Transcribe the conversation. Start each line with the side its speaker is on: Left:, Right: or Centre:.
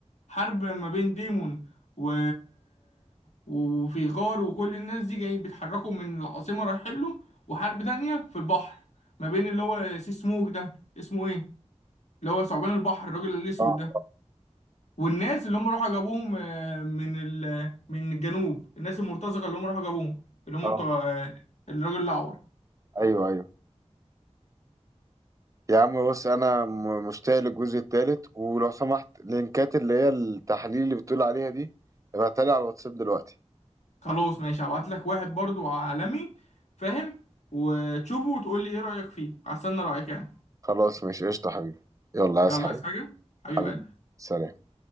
Left: حرب ما بين ديمون و... وفي غار وكل الناس دي جاي بيتحركوا من العاصمة رايحين له وحرب تانية في البحر ما بين اللي هو سي سموك ده اسمه ايه اللي هو ثعبان البحر الراجل الأسود
Right: اه
Left: ده والناس اللي هم راحوا جابوهم آه، من ال... من الجنوب الناس المرتزقة اللي هم راحوا جابوهم اللي هم
Right: اه
Left: بتوع آه، الراجل الأعور
Right: ايوه ايوه يا عم بص انا م- مشتاق للجزء التالت ولو سمحت لينكات اللي هي التحاليل اللي بتقول عليها دي ابعتها لي على الواتساب دلوقتي
Left: خلاص ماشي هبعت لك واحد برضو عالمي فاهم وتشوفه وتقول لي ايه رأيك فيه هستنى رأيك يعني
Right: خلاص ماشي قشطة حبيبي يلا عايز
Left: يلا
Right: حاجة
Left: عايز حاجة حبيب
Right: حبيبي
Left: قلبي
Right: سلام